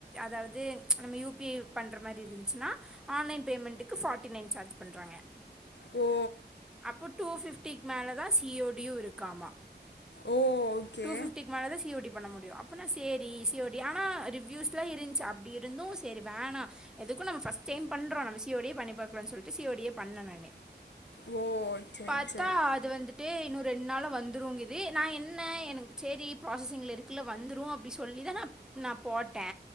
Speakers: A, in the centre; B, on the left.
A: அதாவது நம்ம யூ பி ஐ பண்ற மாதிரி இருந்ச்சுனா ஆன்லைன் பேமெண்ட்டுக்கு ஃபார்ட்டி நைன் சார்ஜ் பண்றாங்க
B: ஓ
A: அப்ப டூ பிஃப்டிக்கு மேல தா சி ஓ டியும் இருக்காமா
B: ஓ ஓகே
A: டூ பிஃப்டி மேலே தா சி ஓ டி பண்ண முடியும் அப்பட்னா சரி C A D C O D ஆனா ரிவ்யூஸ்லா இருந்ச்சு அப்டி இருந்தூ சரி வேணா எதுக்கூ நம்ம ஃப்ஸ்ட் டைம் பண்ணுறோ நம்ம சி ஓ டிய பண்ணி பாக்கலா சொல்டு சி ஓ டிய பண்ணோ நானூ
B: ஓ சரி
A: பார்த்தா
B: சரி
A: அது வந்து ட்டு இன்னூ ஒரு ரெண் நாள்ல வந்துடுங்கிது நா என்ன எனக்கு சரி ப்ராசஸிங்கில்ல இருக்குகில்ல வந்துரூ அப்படினு சொல்லி தா நா நா போட்டே